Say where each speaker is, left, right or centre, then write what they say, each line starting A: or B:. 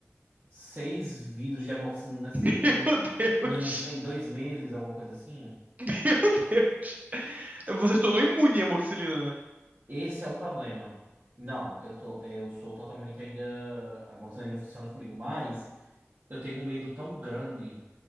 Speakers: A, on the right; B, on the right.
A: seis vidros de amoxicilina assim,
B: <laughs>
A: numa,
B: Meu Deus.
A: num- em dois meses, alguma coisa assim.
B: Meu Deus. Você se tornou imune à amoxicilina,
A: Esse é o problema. Não, eu tô, eu sou totalmente ainda. A amoxicilina funciona comigo, mas eu tenho um medo tão grande.